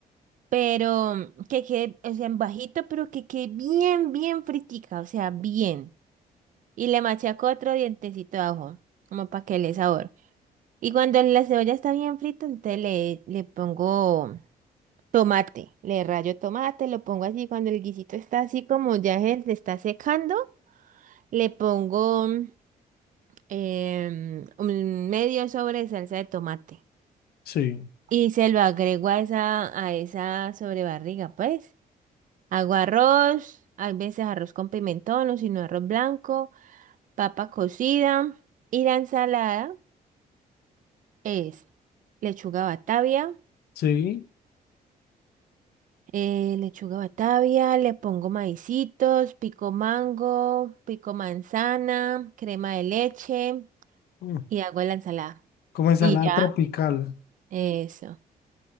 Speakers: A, on the right; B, on the left.
A: pero mm, que quede, o sea, en bajito, pero que quede bien, bien fritica, o sea, bien. Y le machaco otro dientecito de ajo, como para que le dé sabor. Y cuando la cebolla está bien frita, entonces le, le pongo Tomate, le rayo tomate, lo pongo así, cuando el guisito está así como ya se, se está secando, le pongo mm, em, un medio sobre de salsa de tomate
B: sí,
A: y se lo agrego a esa, a esa sobrebarriga, pues. Hago arroz, a veces arroz con pimentón o si no arroz blanco, papa cocida y la ensalada es lechuga batavia
B: sí.
A: Eh, lechuga batavia, le pongo maicitos, pico mango, pico manzana, crema de leche
B: mm,
A: y hago la ensalada.
B: Como ensalada
A: Y ya,
B: tropical.
A: eso.